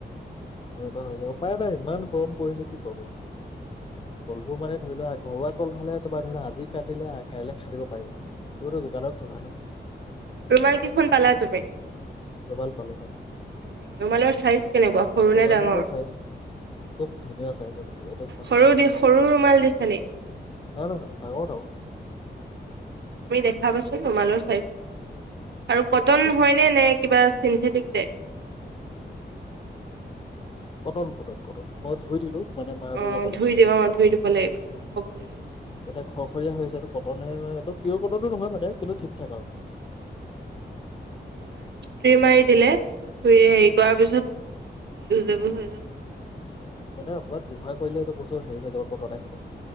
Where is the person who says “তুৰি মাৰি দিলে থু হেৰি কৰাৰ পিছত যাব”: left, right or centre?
Right